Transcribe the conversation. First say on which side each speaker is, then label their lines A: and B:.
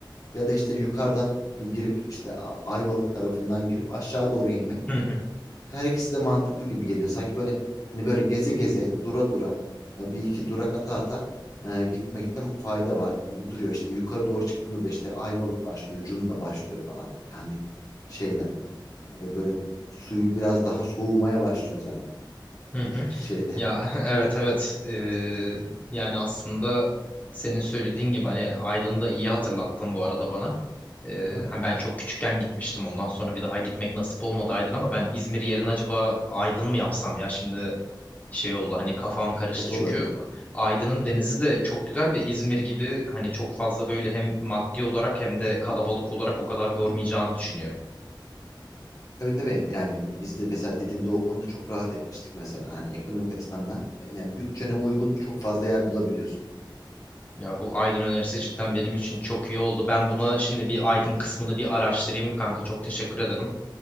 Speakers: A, on the left; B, on the left.
A: ya da işte yukarıdan girip işte A- Ayvalık tarafından girip aşağı doğru inmek.
B: Hı hı
A: Her ikisi de mantıklı gibi geliyor. Sanki böyle hani böyle geze geze, dura dura, e, bir iki durak ata ata e, gitmekte fayda var gibi duruyor. İşte yukarı doğru çıktığında da işte Ayvalık başlıyor, Cunda başlıyor falan. Yani şeyler e, böyle suyu biraz daha soğumaya başlıyor zaten
B: hı hı.
A: <laughs> şeyde.
B: Ya <laughs> evet evet Ee,
A: Hı hı,
B: yani aslında senin söylediğin gibi hani Aydın'ı da iyi hatırlattın bu arada bana. Ee,
A: hı hı.
B: hani ben çok küçükken gitmiştim ondan sonra bir daha gitmek nasip olmadı Aydın ama ben İzmir yerine acaba Aydın mı yapsam ya şimdi şey oldu hani kafam karıştı.
A: O da
B: Çünkü
A: olabilir.
B: Aydın'ın denizi de çok güzel ve İzmir gibi hani çok fazla böyle hem maddi olarak hem de kalabalık olarak o kadar yormayacağını düşünüyorum.
A: Tabii tabii yani biz de mesela Didim'de o konuda çok rahat etmiştik mesela. Hani ekonomik açıdan da e, yani bütçene uygun çok fazla yer bulabiliyorsun.
B: Ya bu Aydın önerisi cidden benim için çok iyi oldu. Ben buna şimdi bir Aydın
A: Hı hı.
B: kısmını bir araştırayım kanka. Çok teşekkür ederim.